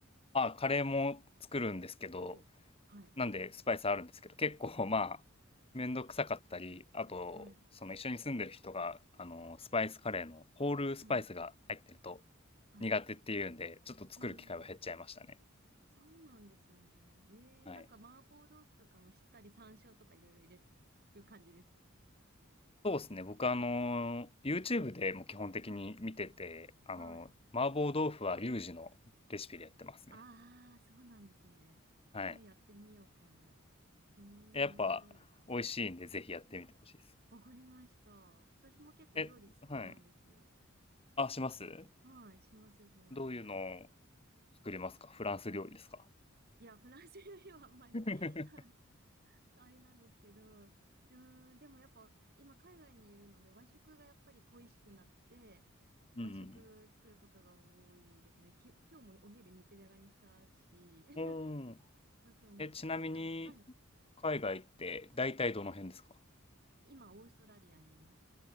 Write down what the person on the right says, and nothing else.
おう。はい。
あ
あ、はい。
はい。はい。
うん。そうなんですね。ええ、
なんか麻婆豆腐とかもしっかり山椒とかいろいろ入れる感じです。
はい。
はい。
ああ、そうなんですね。
ええ、やってみよう、今度。ええ、
面白い。
わかりました。私も結構料理好きなんですよ。
はい、します、します。
いや、フランス料理はあんまり
<laughs> あれなんですけど、うーん、でもやっぱ今海外にいるので和食がやっぱり恋しくなって、
和食作ることが多いですね。き、今日もお昼肉じゃがにしたし、<laughs>
あとな、
なんだろう。はい。
今、オーストラリアにいます。